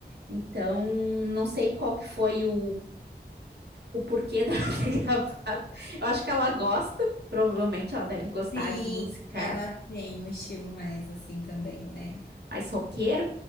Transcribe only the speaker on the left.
sim,
ela tem um estilo mais assim também, né?